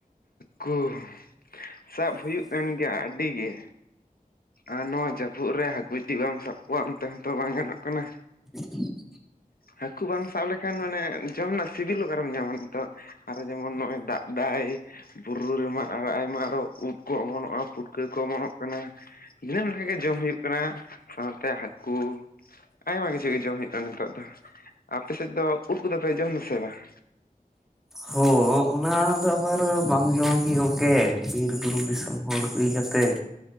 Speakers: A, on the left (about 75°); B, in the centre.
A: ᱠᱩᱸ ᱥᱟᱵ ᱦᱩᱭᱩᱜᱹ ᱠᱟᱱ ᱜᱮᱼᱭᱟ ᱟᱹᱰᱤ ᱜᱮ ᱟᱨ ᱱᱚᱣᱟᱹ ᱡᱟᱹᱯᱩᱫ ᱨᱮ ᱦᱟᱹᱠᱩ ᱵᱤᱴᱤ ᱵᱟᱢ ᱥᱟᱵ ᱠᱚᱹᱣᱟ ᱚᱱᱛᱮ ᱦᱚᱸᱛᱚ ᱵᱟᱝ ᱜᱟᱱᱚᱼᱜ ᱠᱟᱱᱟ᱾
B: ᱦᱟᱹᱦᱟᱸ <unintelligible>
A: ᱦᱟᱹᱠᱩ ᱵᱟᱝ ᱥᱟᱵ ᱞᱮᱹᱠᱷᱟᱱ ᱢᱟᱱᱮ ᱡᱚᱢ ᱨᱮᱹᱱᱟᱜ ᱥᱤᱹᱵᱤᱞ ᱚᱼᱠᱟᱨᱮᱢ ᱧᱟᱢᱟ ᱱᱤᱛᱚᱜ᱾ ᱟᱨᱹᱚ ᱡᱮᱹᱢᱚᱱ ᱱᱚᱼᱚᱭ ᱫᱟᱜ ᱫᱟᱭ᱾ ᱵᱩᱨᱩ ᱨᱮᱹᱢᱟ ᱟᱨᱹᱚ ᱟᱭᱢᱟ ᱟᱨᱹᱚ ᱩᱫ ᱠᱚ ᱚᱢᱚᱱᱚᱜᱼᱟ ᱯᱩᱴᱠᱟᱹ ᱠᱚ ᱚᱢᱚᱱᱚᱜ ᱠᱟᱱᱟ᱾ ᱫᱤᱱᱟᱹᱢᱚ ᱨᱮᱹᱜᱤ ᱡᱚᱢ ᱦᱩᱭᱩᱜᱹ ᱠᱟᱱᱟ ᱥᱟᱶᱛᱮ ᱦᱟᱹᱠᱩ᱾ ᱟᱭᱢᱟ ᱠᱤᱹᱪᱷᱩ ᱜᱮ ᱡᱚᱢ ᱦᱩᱭᱩᱜ ᱠᱟᱱᱟ ᱱᱤᱛᱚᱜ ᱫᱚ ᱟᱯᱮ ᱥᱮᱫ ᱫᱚ ᱩᱫ ᱠᱚᱫᱚ ᱯᱮ ᱡᱚᱢ ᱟᱥᱮ ᱵᱟᱝᱟ
B: ᱦᱚ ᱚᱱᱟ ᱫᱚ ᱟᱵᱟᱨ ᱵᱟᱢ ᱡᱚᱢᱟ ᱠᱤ ᱜᱚᱝᱠᱮ ᱵᱤᱨ ᱵᱩᱨᱩ ᱫᱤᱥᱚᱢ ᱦᱚᱲᱹ ᱦᱩᱭ ᱠᱟᱹᱛᱮ